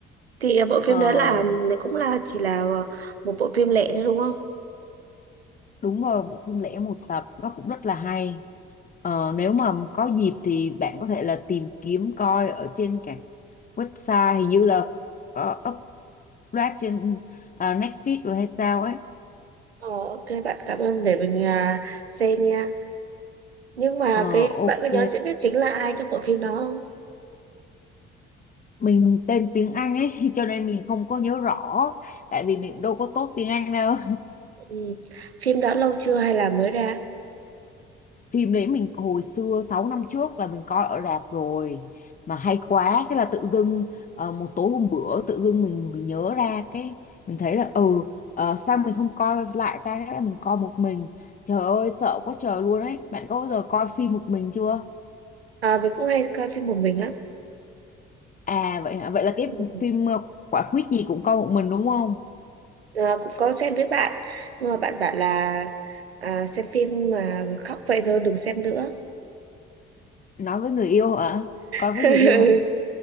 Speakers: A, on the right; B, on the left.
A: thì bộ phim
B: Ờ
A: đấy là cũng là chỉ là một bộ phim lẻ nữa đúng không
B: Đúng rồi, bộ phim lẻ một tập nó cũng rất là hay. Ờ, nếu mà có dịp thì bạn có thể là tìm kiếm coi ở trên các website hình như là có upload trên à, Netflix rồi hay sao ấy.
A: Ờ, ok bạn cảm ơn để mình à, xem nha nhưng mà
B: Ờ,
A: cái
B: ok,
A: bạn có nhớ diễn viên chính là ai trong bộ phim đó không
B: mình tên tiếng Anh ấy <laughs> cho nên mình không có nhớ rõ tại vì mình đâu có tốt tiếng Anh đâu.
A: ừ. phim đó lâu chưa hay là mới ra
B: phim đấy mình hồi xưa 6 năm trước là mình coi ở rạp rồi mà hay quá thế là tự dưng ờ, một tối hôm bữa tự dưng mình mình nhớ ra cái mình thấy là ừ ờ, sao mình không coi lại ta thế là mình coi một mình trời ơi sợ quá trời luôn ấy bạn có bao giờ coi phim một mình chưa
A: à, mình cũng hay coi phim một mình lắm
B: à vậy hả? vậy là
A: ừ.
B: cái phim ờ, quả quýt gì cũng coi một mình đúng không
A: Ờ, cũng có xem với bạn nhưng mà bạn bảo là à, xem phim mà khóc vậy thôi đừng xem nữa
B: nói với người yêu hả coi
A: <laughs>
B: với người yêu hả